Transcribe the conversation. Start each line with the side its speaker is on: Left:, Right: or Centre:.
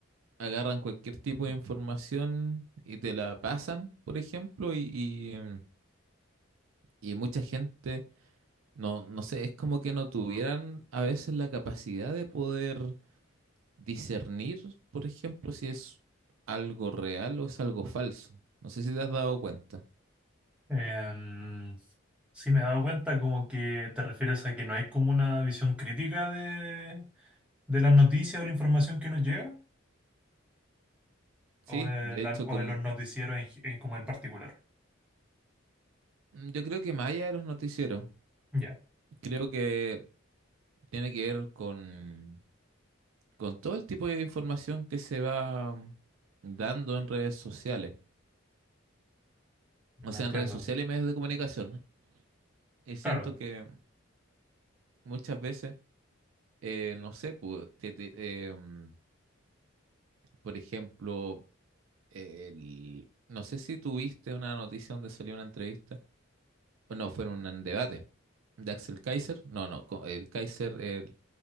Right: agarran cualquier tipo de información y te la pasan, por ejemplo, y, y, em, y mucha gente, no, no sé, es como que no tuvieran a veces la capacidad de poder discernir, por ejemplo, si es algo real o es algo falso. No sé si te has dado cuenta.
Centre: Em, sí, me he dado cuenta como que te refieres a que no hay como una visión crítica de, de las noticias o la información que nos llega,
Right: Sí,
Centre: o de,
Right: de
Centre: la-
Right: hecho,
Centre: o
Right: como
Centre: de los noticieros en gi- en como en particular.
Right: mm, yo creo que más allá de los noticieros,
Centre: Ya,
Right: creo que tiene que ver con, con todo el tipo de información que se va mm, dando en redes sociales.
Centre: no
Right: O sea,
Centre: entiendo.
Right: en redes sociales y medios de comunicación. Y siento
Centre: Claro,
Right: que muchas veces, eh, no sé, pu- te- te- eh, mm, por ejemplo, el- no sé si tuviste una noticia donde salió una entrevista No, fueron un debate de Axel Kaiser. No, no, co- el Kaiser, el-